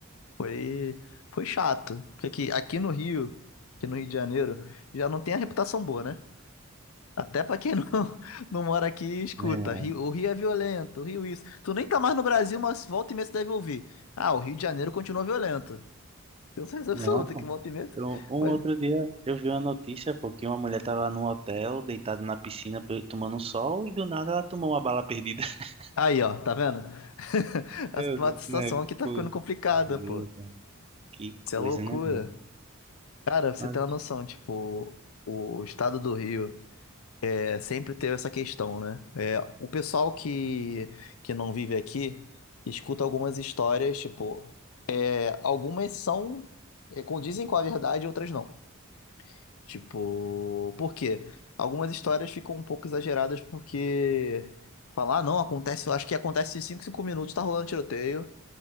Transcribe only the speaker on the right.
Verdade.
Não, pô.
Eu- um
outro dia eu vi uma notícia, pô, que uma mulher tava num hotel, deitada na piscina, pe- tomando sol, e do nada ela tomou uma bala perdida. <laughs>
Eu disse,
né?
Pô,
meu
Deus, que coisa,
né, mano?
Mas,